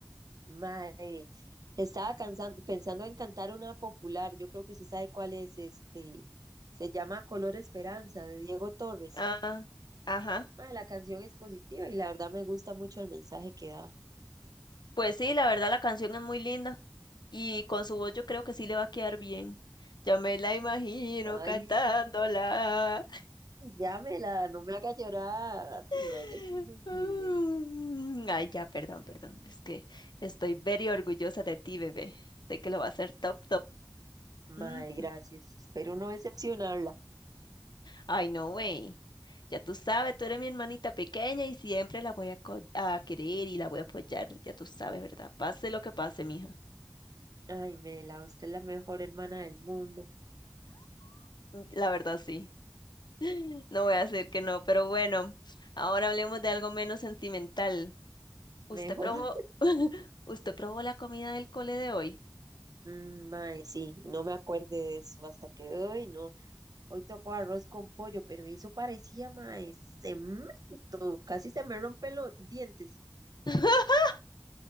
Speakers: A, on the right; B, on the left.
A: Mae, estaba cansan- pensando en cantar una popular. Yo creo que usted sabe cuál es este. Se llama Color Esperanza de Diego Torres.
B: Ah, ajá.
A: Mae, la canción es positiva y la verdad me gusta mucho el mensaje que da.
B: Pues sí, la verdad la canción es muy linda y con su voz yo creo que sí le va a quedar bien. Ya me la imagino
A: Ay,
B: cantándola.
A: llámela, no me haga llorar.
B: <laughs>
A: Ay, ya estoy sensible.
B: Mm, Ay, ya, perdón, perdón. Es que estoy very orgullosa de ti, bebé. Sé que lo va a hacer top,
A: Mae,
B: top.
A: gracias. Espero no decepcionarla.
B: Ay, no, güey. Ya tú sabes, tú eres mi hermanita pequeña y siempre la voy a, co- a querer y la voy a apoyar. Ya tú sabes, ¿verdad? Pase lo que pase, mija.
A: Ay, Mela, usted es la mejor hermana del mundo.
B: La verdad, sí. <laughs> No voy a hacer que no, pero bueno, ahora hablemos de algo menos sentimental. ¿Usted
A: Mejor.
B: probó,
A: <laughs>
B: <laughs> usted probó la comida del cole de hoy?
A: Mm, mae, sí, no me acuerde de eso hasta que hoy no. Hoy tocó arroz con pollo, pero eso parecía, mae, cemento. Casi se me rompen los dientes.
B: <laughs>